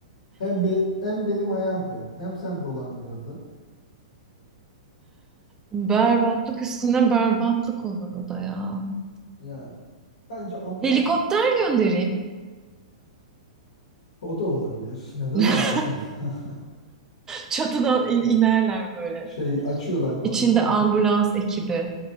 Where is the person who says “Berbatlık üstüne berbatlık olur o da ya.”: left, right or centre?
Right